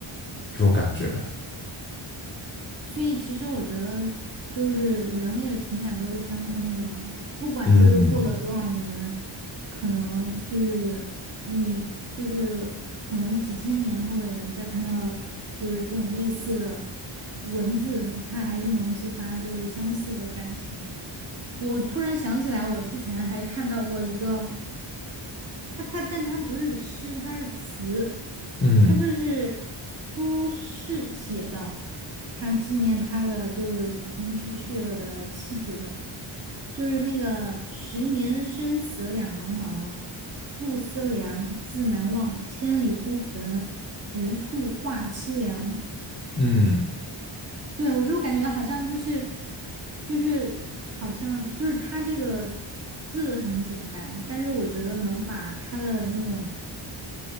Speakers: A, on the left; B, on the right.
A: 这种感觉。
B: 所以其实我觉得就是人类的情感都是相通的嘛，不管就是过了多少年，
A: 嗯
B: 可能就是你就是可能几千年后的人再看到就是这种类似的文字，它还是能激发就是相似的感情。我突然想起来，我之前还看到过一个。他他，但他不是诗，他是词，
A: 嗯
B: 他就是苏轼写的，他纪念他的就是已经去世了的妻子的，就是那个十年生死两茫茫，不思量，自难忘，千里孤坟，无处话凄凉。
A: 嗯
B: 对，我就感觉好像就是，就是好像就是他这个字很简单，但是我觉得能把他的那种